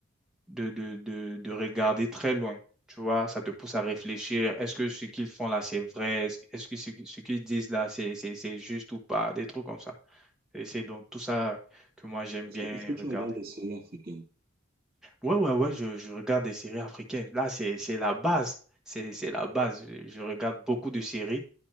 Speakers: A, in the centre; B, on the right.
A: de, de, de, de regarder très loin, tu vois. Ça te pousse à réfléchir. Est-ce que ce qu'ils font là, c'est vrai? Est-ce, est-ce que ce, ce qu'ils disent là, c'est, c'est, c'est juste ou pas? Des trucs comme ça. Et c'est donc tout ça que moi, j'aime
B: Est-ce
A: bien
B: que, est-ce que tu
A: regarder.
B: regardes les séries africaines?
A: Ouais, ouais, ouais, je, je regarde des séries africaines. Là, c'est, c'est la base. C'est, c'est la base. Je, je regarde beaucoup de séries